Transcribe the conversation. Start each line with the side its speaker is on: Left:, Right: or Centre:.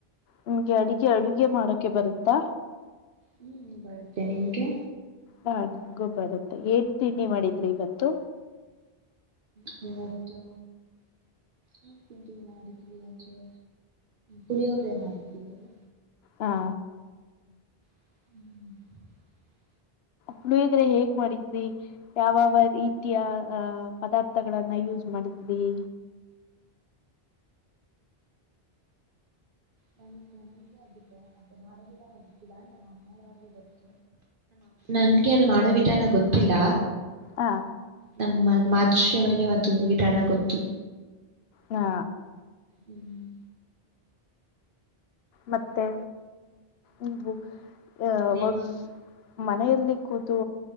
Left: ನಿಮ್ಗೆ ಅಡುಗೆ ಅಡುಗೆ ಮಾಡೋಕೆ ಬರುತ್ತಾ
Right: ಹೂ ಬರುತ್ತೆ ನಿಮ್ಗೆ
Left: ಹಾ ನಂಗು ಬರುತ್ತೆ ಏನ್ ತಿಂಡಿ ಮಾಡಿದ್ರಿ ಇವತ್ತು
Right: ಹೂ ಇವತ್ತು ಹ ತಿಂಡ ಮಾಡಿದ್ವಿ ಅಂದ್ರೆ ಪುಳಿಯೋಗ್ರಿ ಮಾಡಿದ್ವಿ ನೀವು
Left: ಹಾ
Right: ಹ
Left: ಪುಳಿದ್ರೆ ಹೇಗ್ ಮಾಡಿದ್ವಿ ಯಾವಾವ ರೀತಿಯ ಅಹ ಪದಾರ್ಥಗಳನ್ನ ಯೂಸ್ ಮಾಡ್ತೀತೀವಿ
Right: ನ ನಮ ಅದುಕ್ಕ ಅದು ಮಗೀಡ ನಡಚಿಲ್ಲಾ ನಮ್ಮಲ್ಲಡ ನನ್ಗೆ ಅದು ಮಾಡೋ ವಿಧಾನ ಗೊತ್ತಿಲ್ಲ
Left: ಹಾ
Right: ನಮ್ಮ ಮಾತುಶ್ರೀ ಅವರಿಗೆ ಅದು ವಿಧಾನ ಗೊತ್ತು
Left: ಹಾ
Right: ಹ್ಮ್
Left: ಮತ್ತೆ ನೀವು ಆ
Right: ನಿಮ್ಮೊಂದ
Left: ವರ್ಕ್ಸ್ ಮನೆಯಲ್ಲಿ ಕೂತು